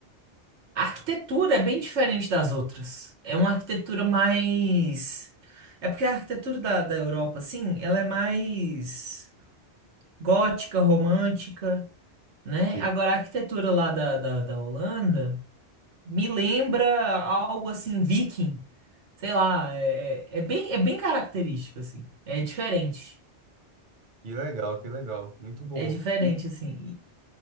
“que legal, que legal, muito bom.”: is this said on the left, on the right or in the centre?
Right